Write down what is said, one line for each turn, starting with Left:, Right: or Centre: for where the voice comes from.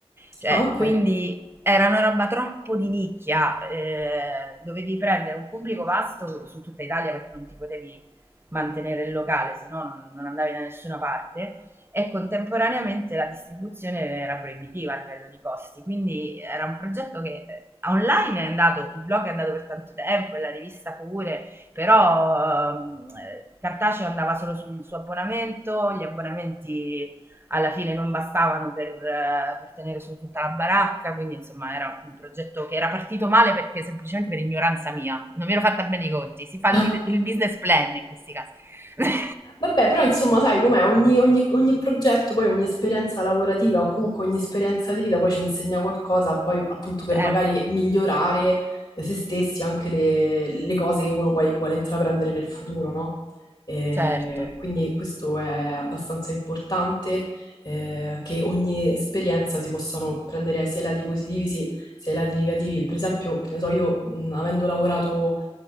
Right: Cioè,
Left: Ah, ok.
Right: quindi era una roba troppo di nicchia, eh, dovevi prendere un pubblico vasto su, su tutta Italia perché non ti potevi mantenere il locale, se no non, non andavi da nessuna parte e contemporaneamente la distribuzione era proibitiva a livello di costi, quindi era un progetto che eh, online è andato, il blog è andato per tanto tempo e la rivista pure, però ehm, eh, cartaceo andava solo sul suo abbonamento, gli abbonamenti alla fine non bastavano per, eh, per tenere su tutta la baracca, quindi insomma era un progetto che era partito male perché semplicemente per ignoranza mia, non mi ero fatta bene i conti, si fa
Left: Ah,
Right: il, bu- il business plan in questi casi. <laughs>
Left: Vabbè, però insomma, sai com'è, ogni, ogni- ogni progetto, poi ogni esperienza lavorativa o comunque ogni esperienza di vita poi ci insegna qualcosa, poi appunto per
Right: certo,
Left: magari migliorare eh, se stessi anche le, le cose che uno poi vuole intraprendere nel futuro, no? Eh,
Right: certo.
Left: quindi questo è abbastanza importante, eh, che ogni esperienza si possano prendere sia i lati positivi si- sia i lati negativi. Per esempio, che ne so, io mh, avendo lavorato